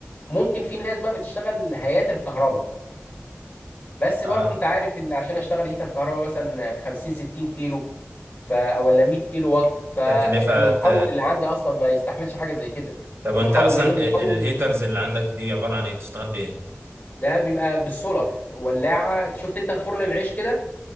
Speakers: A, on the left; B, on the right.
A: ممكن في ناس بقى بتشتغل هيئات الكهرباء بس
B: اه
A: برضه انت عارف ان عشان اشتغل هيتر كهرباء مثلا 50 60 كيلو ف او ولا 100 كيلو واط فالمحول
B: تكلفه ت-
A: اللي عندي اصلا ما يستحملش حاجه زي كده
B: طب وانت
A: المحول
B: اصلا
A: لان المحول
B: ال- الهيترز اللي عندك دي عباره عن ايه بتشتغل بايه
A: ده بيبقى بالسولار ولاعه شفت انت فرن العيش كده